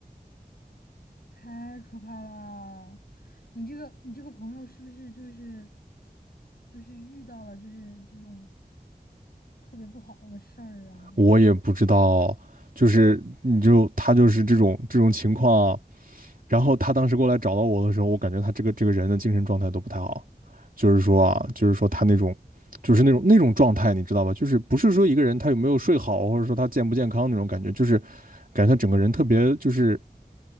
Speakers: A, on the left (about 70°); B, on the right (about 60°).
A: 太可怕了！你这个你这个朋友是不是就是就是遇到了就是这种特别不好的事儿啊？
B: 我也不知道，就是你就他就是这种这种情况啊然后他当时过来找到我的时候，我感觉他这个这个人的精神状态都不太好，就是说啊，就是说他那种。就是那种那种状态，你知道吧？就是不是说一个人他有没有睡好，或者说他健不健康那种感觉，就是感觉他整个人特别就是